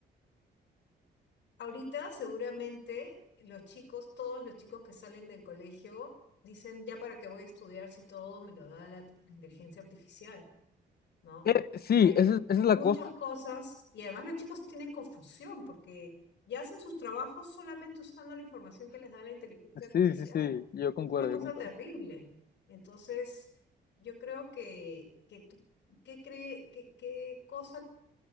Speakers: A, on the left; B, on the left.
A: Ahorita seguramente los chicos, todos los chicos que salen del colegio, dicen, ya para qué voy a estudiar si todo me lo da la, la inteligencia artificial, ¿no?
B: Eh, sí,
A: Hay,
B: esa es, esa es
A: hay
B: la
A: muchas
B: cosa.
A: cosas y además los chicos tienen confusión porque ya hacen sus trabajos solamente usando la información que les da la inteligencia artificial.
B: Sí, sí, sí, yo concuerdo,
A: Es una cosa
B: yo concuerdo.
A: terrible. Entonces, yo creo que, que tú- ¿qué cree, qué, qué cosa